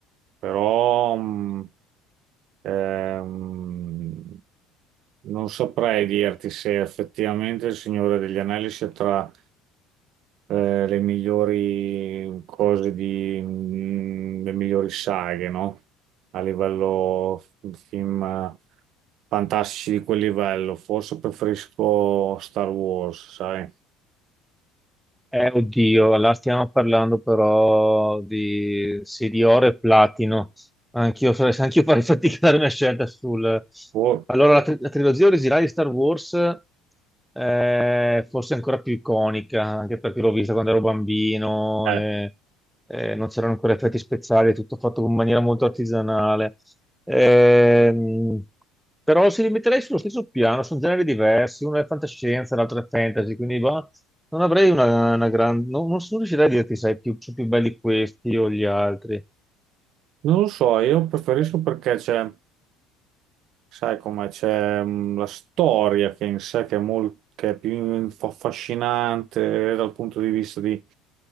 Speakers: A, on the right; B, in the centre.
A: Però... mm, Ehm, Non saprei dirti se effettivamente Il Signore degli Anelli sia tra eh, le migliori cose di, mm, le migliori saghe, no? A livello f- film eh, fantastici di quel livello. Forse preferisco Star Wars, sai?
B: Eh, oddio, là stiamo parlando però di, sì, di oro e platino. Anch'io farei <laughs> anch'io farei fatica a dare una scelta sul...
A: O-
B: Allora, la, tri- la trilogia originale di Star Wars è forse ancora più iconica, anche perché l'ho vista quando ero bambino
A: eh,
B: e, e non c'erano ancora effetti speciali, è tutto fatto in maniera molto artigianale. Ehm, però si rimetterei sullo stesso piano, sono generi diversi, uno è fantascienza, l'altro è fantasy, quindi va non avrei una, una grande. non non sono riuscito a dirti, sai, più, sono più belli questi o gli altri.
A: non lo so, io preferisco perché c'è. Sai come c'è mh, la storia che in sé che è, mol- che è più inf- affascinante eh, dal punto di vista di,